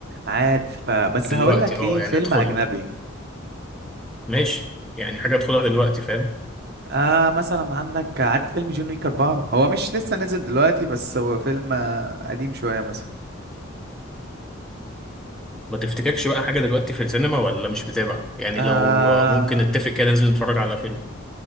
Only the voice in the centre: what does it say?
دلوقتي
اه
يعني
ادخله
ماشي يعني حاجة ادخلها دلوقتي فاهم
ما تفتكرش بقى حاجة دلوقتي في السينما ولا مش بتابع يعني
لو ممكن نتفق كده ننزل نتفرج على فيلم